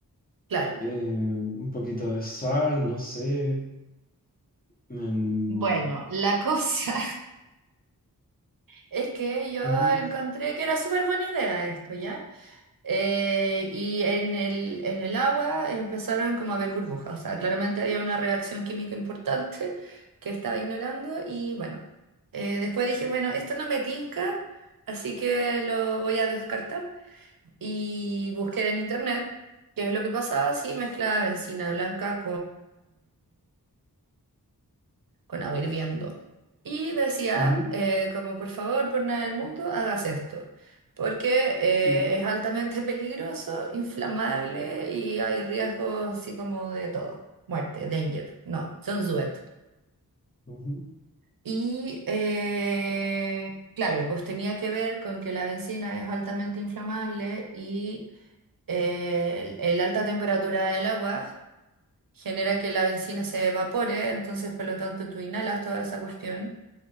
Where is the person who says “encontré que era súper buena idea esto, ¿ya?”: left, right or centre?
Right